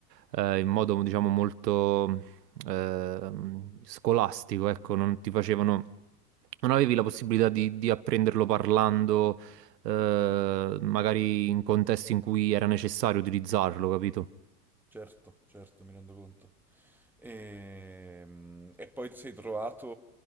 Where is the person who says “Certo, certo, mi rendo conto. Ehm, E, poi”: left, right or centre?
Centre